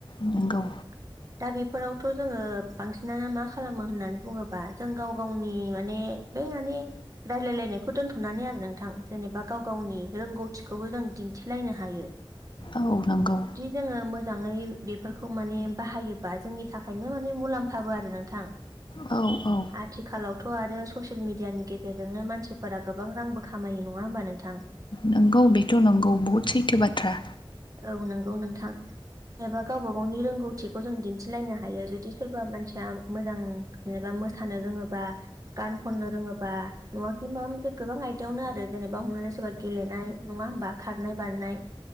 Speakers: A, on the left; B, on the right.
A: नोंगौ
B: <inaudible> दा बेफोरावथ' जोंङो बांसिनानो मा खालामो होननानै बुङोबा जों गाव गावनि माने बे माने रायलायलायनायखौ दोनथ'नानै आरो नोंथां जेनेबा गाव गावनि रोंगौथिखौबो जों दिन्थिलायनो हायो।
A: औ नांगौ
B: जोंङो मोजाङै बेफोरखौ माने बाहायोबा जोंनि थाखायनो माने मुलाम्फाबो आरो नोंथां।
A: औ औ
B: आथिखालावथ' आरो ससियेल मिडियानि गेजेरजोंनो मानसिफोरा गोबां रांबो खामायो। नङा होमबा नोंथां
A: नंगौ बेथ' नंगौ बहुत सैथो बाथ्रा
B: औ नंगौ नोंथां एबा गावबा गावनि रोंगौ थिखौ जों दिन्थिलायनो हायो जुदि सोरबा मानसिया मोजां जेनेबा मोसानो रोङोबा गान खननो रोङोबा नङाखि माबा मोनसे गोबां आयदायावनो आरो जेनेबा हमनाला सोरबा गेलेनाय नङा होमबा खारनाय बारनाय